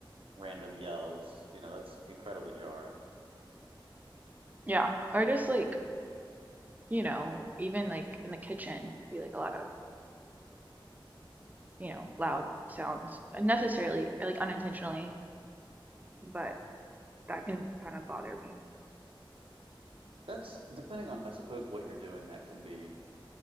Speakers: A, on the right; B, on the right.
A: random yells. You know, that's incredibly jarring.
B: Yeah, or just like you know, even like in the kitchen, be like a lot of, you know, loud sounds unnecessarily or like unintentionally, but that can kind of bother me.
A: That's depending on, I suppose, what you're doing, that can be